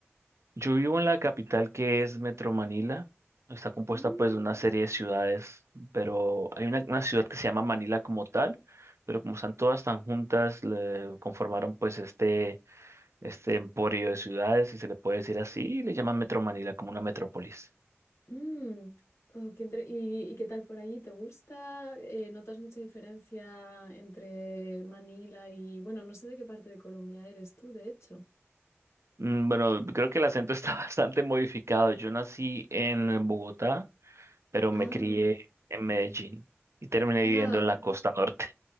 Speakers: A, on the right; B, on the left.
A: Yo vivo en la capital que es Metro Manila. Está compuesta
B: Mm,
A: pues de una serie de ciudades, pero hay una, una ciudad que se llama Manila como tal, pero como están todas tan juntas, le conformaron pues este, este emporio de ciudades, si se le puede decir así, y le llaman Metro Manila como una metrópolis.
B: Mm, oh, qué inter- ¿Y, y qué tal por ahí? ¿Te gusta? Eh, ¿notas mucha diferencia entre Manila y, bueno, no sé de qué parte de Colombia eres tú, de hecho?
A: Mm, Bueno, creo que el acento está <laughs> bastante modificado. Yo nací en Bogotá, pero me
B: Ah,
A: crié en Medellín y terminé
B: ah,
A: viviendo en la costa norte.